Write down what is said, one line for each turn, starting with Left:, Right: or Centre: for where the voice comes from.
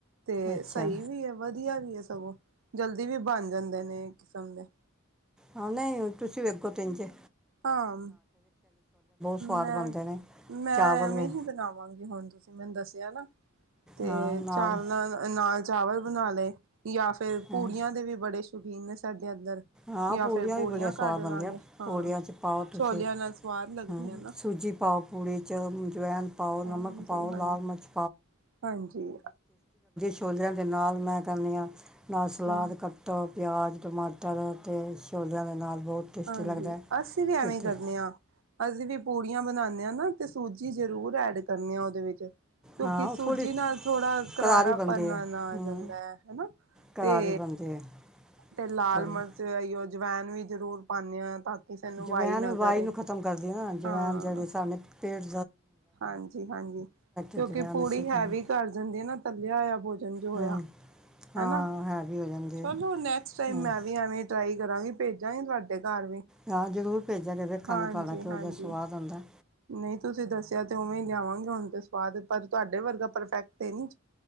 Right: ਤੇ
Centre: ਅੱਛਾ
Right: ਸਹੀ ਵੀ ਹੈ ਵਧੀਆ ਵੀ ਹੈ ਸਗੋਂ ਜਲਦੀ ਵੀ ਬਣ ਜਾਂਦੇ ਨੇ ਕਿਸਮ ਦੇ
Centre: ਹ ਨਹੀਂ ਤੁਸੀਂ ਵੇਗੋ ਤਿੰਨਜੇ
Right: ਹਾਂ
Centre: ਸਵਾਦ
Right: ਮੈਂ
Centre: ਬਣਦੇ ਨੇ
Right: ਮੈਂ
Centre: ਚਾਵਲ
Right: ਐਵੇਂ
Centre: ਵੀ
Right: ਹੀ ਬਣਾਵਾਂਗੀ ਹੁਣ ਤੁਸੀਂ ਮੈਨੂੰ ਦੱਸਿਆ ਨਾ ਤੇ
Centre: ਹਾਂ ਨਾਲ
Right: ਚਾਵਲਾਂ ਅ ਚਾਵਲ ਬਣਾ ਲਏ ਜਾਂ ਫੇਿਰ
Centre: ਹੈਂ।
Right: ਪੂੜੀਆਂ ਦੇ ਵੀ ਬੜੇ ਸੁਟੀਨ ਨੇ ਸਾਡੇ ਅੰਦਰ
Centre: ਹਾਂ
Right: ਜਾਂ ਫਿਰ ਪੂੜੀਆਂ
Centre: ਵੀ ਬੜੀਆਂ ਸਵਾਦ
Right: ਕੱਢ
Centre: ਬਣਦੀਆਂ
Right: ਲਾਂਗੇ ਹਾਂ
Centre: ਪੂੜੀਆਂ 'ਚ ਪਾਓ ਤੁਸੀਂ
Right: ਛੋਲਿਆਂ ਨਾਲ ਸਵਾਦ ਲੱਗਦੀਆਂ
Centre: ਹਾਂ
Right: ਨਾ
Centre: ਸੂਜੀ ਪਾਓ ਪੂੜੀ 'ਚ ਅਜਵਾਇਣ ਪਾਓ ਨਮਕ
Right: ਹਾਂਜੀ
Centre: ਪਾਓ
Right: ਹਾਂਜੀ
Centre: ਲਾਲ ਮਿਰਚ
Right: ਹਾਂਜੀ
Centre: ਛੋਲਰਿਆਂ ਦੇ ਨਾਲ ਮੈਂ ਕਰਨ ਹਾਂ ਨਾਲ ਸਲਾਦ
Right: ਹਾਂ
Centre: ਕੱਟੋ ਪਿਆਜ਼ ਟਮਾਟਟਰ ਟਰ ਅਤੇ ਸ਼ੋਜਾਂ ਦੇ ਨਾਲ ਬਹੁਤ ਟੇਸਟੀ
Right: ਹਾਂਜੀ
Centre: ਲੱਗਦਾ
Right: ਅਸੀਂ ਵੀ ਐਵੇਂ
Centre: ਕਿਤੇ
Right: ਹੀ ਕਰਦੇ ਹਾਂ ਅਸੀਂ ਵੀ ਪੂੜੀਆਂ ਬਣਾਉਂਦੇ ਹਾਂ ਨਾ ਤੇ ਸੂਜੀ ਜ਼ਰੂਰ ਐਡ ਕਰਨੇ ਆ ਉਹਦੇ ਵਿੱਚ ਕਿਉਂਕਿ
Centre: ਹਾਂ ਉਹ
Right: ਸੂਜੀ
Centre: ਥੋੜ੍ਹੀ
Right: ਨਾਲ ਥੋੜਾ ਕਰਾਰਾ
Centre: ਕਰਾਰੀ ਬਣਦੀ
Right: ਭਰਨਾ
Centre: ਹੈ
Right: ਨਾ ਆ
Centre: ਹਾਂ
Right: ਜਾਂਦਾ ਹੈ ਹਨਾ
Centre: ਕਰਾਰੀ
Right: ਤੇ
Centre: ਬਣਦੀ ਹੈ
Right: ਤੇ ਲਾਲ
Centre: ਥੋੜ੍ਹੀ
Right: ਮਿਰਚ ਆਈ ਜਵਇਣ ਵੀਈ ਜ਼ਰੂਰ ਪਾਉਂਦੇ ਹਾਂ ਤਾਂ ਸਾਨੂੰ
Centre: ਜਵੈਨ
Right: ਵਾਈ ਨਾ
Centre: ਵੀ ਵਵਾਾਈ
Right: ਕਰੇ
Centre: ਨੂੰ ਖਤਮ ਕਰਦੀ ਆ ਨਾ ਜਵੈਣ
Right: ਹਾਂ
Centre: ਜਿਹੜੀ ਸਾਡੇ ਪੇੜ
Right: ਹਾਂਜੀ ਹਾਂਜੀ ਕਿਉਂਕਿ
Centre: ਅਜਵਾਇਣ
Right: ਪੂੜੀ
Centre: ਅਸੀਂ
Right: ਹੈਵੀ
Centre: ਪਾਉਂਦੇ
Right: ਕਰ ਜਾਂਦੀ ਹੈ ਨਾ ਤੱਲਿਆ ਹੋਇਆ ਭੋਜਨ ਜੋ ਹੋਇਆ
Centre: ਹਾਂ ਹਾਂ
Right: ਹਨਾ
Centre: ਹੈਵੀ ਹੋ ਜਾਂਦੀ
Right: ਚਲੋ
Centre: ਹੈ
Right: ਨੈਕਸਟ ਟਮ
Centre: ਹਾਂ
Right: ਮੈਂ ਵੀ ਐਵੇਂ ਟਰਾਈ ਕਰਾਂਗੀ ਭੇਜਾਂ ਹੀ ਤੁਹਾਡੇ ਘਰ ਵੀ
Centre: ਹਾਂ ਜ਼ਰੂਰ ਭੇਜਾਂਗੇ ਵੇਖਾਂਗੇ
Right: ਹਾਂਜੀ
Centre: ਤੁਹਾਡਾ ਘਿੋ
Right: ਹਾਂਜੀ।
Centre: ਜਿਹਾ ਸਵਾਦ ਆੁੰਦਾ
Right: ਨਹੀਂ ਤੁਸੀਂ ਦੱਸਿਆ ਤੇ ਉਵੇਂ ਲਿਆਵਾਂਗੇ ਹੁਣ ਤੇ ਸਵਾਦ ਏ। ਪਰ ਤੁਹਾਡੇ ਵਰਗਾ ਪਰਫੈਕਟ ਤੇ ਨੀ।